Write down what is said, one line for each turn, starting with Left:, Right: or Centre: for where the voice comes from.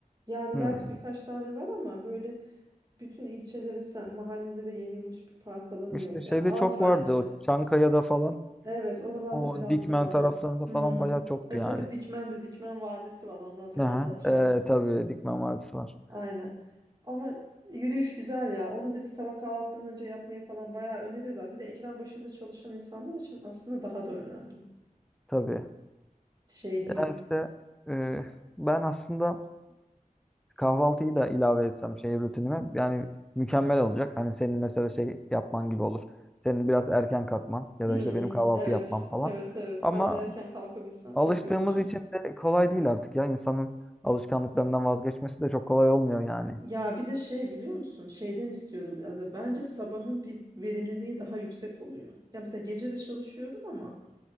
Right: Yani
Centre: Hmm.
Right: belki birkaç tane var ama böyle Bütün ilçelere, sen mahallelere yayılmış bir park alanı
Centre: İşte
Right: yok
Centre: şeyde
Right: yani az
Centre: çok
Right: bence.
Centre: vardı o Çankaya'da falan.
Right: Evet, oralarda
Centre: O
Right: biraz
Centre: Dikmen
Right: daha
Centre: taraflarında
Right: var. Hmm.
Centre: falan bayağı çoktu
Right: Evet
Centre: yani.
Right: tabii Dikmen'de Dikmen Vadisi var. Onlar biraz
Centre: Aha.
Right: daha şanslı.
Centre: Ee, tabii Dikmen Vadisi var.
Right: Aynen. Ama yürüyüş güzel ya. Onu bir de sabah kahvaltıdan önce yapmayı falan bayağı öneriyorlar. Bir de ekran başında çalışan insanlar için aslında daha da önemli.
Centre: Tabii.
Right: Şey değil.
Centre: Ya işte e, ben aslında kahvaltıyı da ilave etsem şey rutinime yani mükemmel olacak. Hani senin mesela şey yapman gibi olur. Senin biraz erken kalkman ya
Right: Hmm,
Centre: da işte benim kahvaltı
Right: evet,
Centre: yapmam falan.
Right: evet, evet.
Centre: Ama
Right: Ben de erken kalkabilsem
Centre: Alıştığımız
Right: çok iyi olacak.
Centre: için de kolay değil artık ya. İnsanın alışkanlıklarından vazgeçmesi de çok kolay olmuyor yani.
Right: Ya bir de şey biliyor musun? Şeyden istiyorum biraz da. Bence sabahın bir verimliliği daha yüksek oluyor. Ya mesela gece de çalışıyorum ama